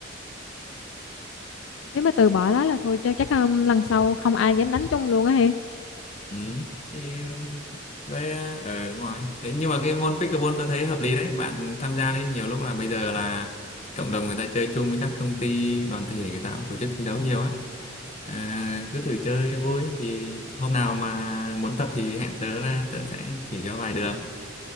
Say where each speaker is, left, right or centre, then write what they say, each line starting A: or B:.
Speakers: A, on the left; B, on the left.
A: Nếu mà từ bỏ đó là thôi cho chắc um, lần sau không ai dám đánh chung luôn á he.
B: <laughs> ừ. thì ờ, vậy ờ ờ, đúng rồi thế nhưng mà cái môn pickleball tôi thấy hợp lý đấy bạn tham gia đấy nhiều lúc là bây giờ là cộng đồng người ta chơi chung với các công ty đoàn thể người ta cũng tổ chức thi đấu nhiều á à, cứ thử chơi vui thì hôm nào mà muốn tập thì hẹn tớ là tớ sẽ chỉ cho vài đường